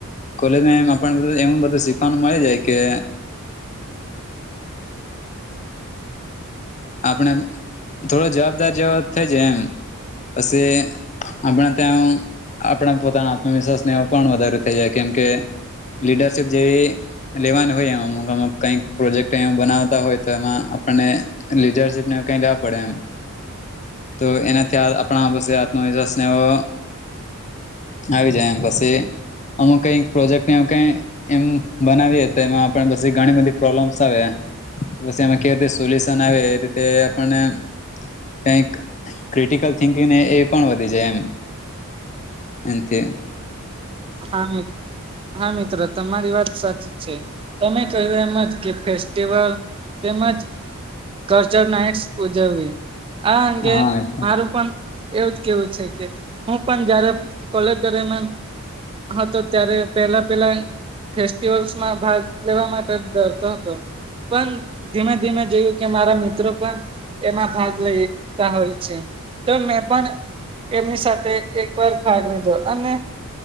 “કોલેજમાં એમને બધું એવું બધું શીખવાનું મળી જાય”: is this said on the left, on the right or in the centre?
Left